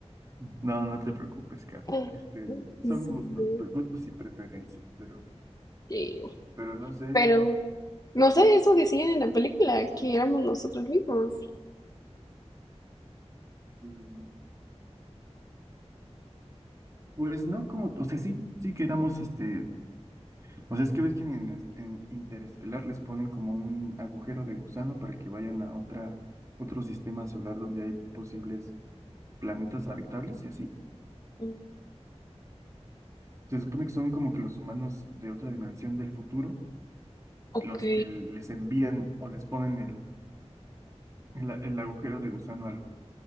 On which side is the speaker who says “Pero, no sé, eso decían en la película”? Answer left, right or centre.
Left